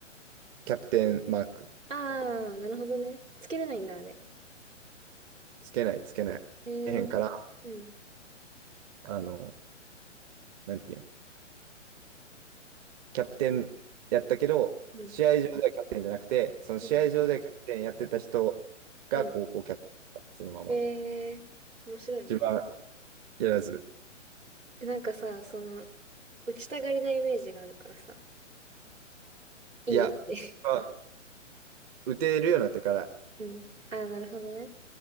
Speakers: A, on the right; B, on the right.
A: キャプテンマーク、
B: ああ、なるほどね。つけれないんだ、あれ。
A: つけない、つけない。
B: へえ
A: つけへんから、
B: うん、
A: あの、なんていうんキャプテンやったけど、
B: うん、
A: 試合上ではキャプテンじゃなくて、その試合上ではキャプテンやってた人が高校キャプテンだった、
B: うん、うん。
A: そのまま。
B: えー、面白いね。
A: 自分はやらず。
B: なんかさ、その、打ちたがりなイメージがあるからさ、いいって。
A: いや、まあ、打てるようになってから、
B: うん。ああ、なるほどね。